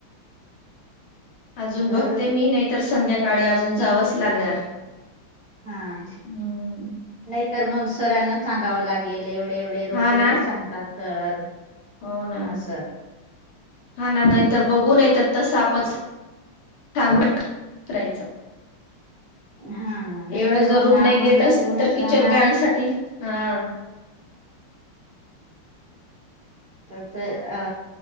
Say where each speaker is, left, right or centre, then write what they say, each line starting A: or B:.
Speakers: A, on the left (about 70°); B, on the right (about 40°).
A: अजून
B: तर
A: बघते मी नाहीतर संध्याकाळी अजून जावंच लागणार.
B: हा...
A: ह...
B: नाहीतर मग सरांना सांगावं लागेल एवढे-एवढे रोपो
A: हा ना
B: नाही सांगतात सर.
A: हो, ना.
B: असं
A: हा, ना. नाही तर बघू नई तर तस आपण सांगून राहयचं.
B: हा ना नाहीतर
A: एवढं जर
B: मग
A: रुप नाही
B: आपण
A: घेत
B: लपवूनच
A: असतील तर किचन
B: राहणार
A: गान सा टी. हां...
B: तर ते अ